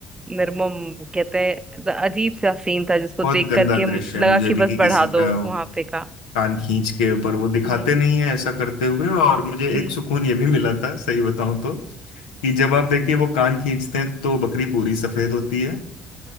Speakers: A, on the right (about 20°); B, on the left (about 75°).
A: निर्मम कहते हैं द- अजीब सा सीन था जिसको
B: बहुत
A: देख
B: गंदा
A: करके हम-
B: दृश्य है
A: लगा
B: मुझे
A: कि
B: भी
A: बस
B: कि
A: बढ़ा
B: किसी
A: दो
B: का
A: वहां पे का
B: कान खींच के पर वो दिखाते
A: जी
B: नहीं है ऐसा करते हुए और मुझे
A: जी
B: एक सुकून ये भी मिला था सही बताऊं तो कि जब आप देखिए वो कान खींचते हैं तो बकरी पूरी सफेद होती है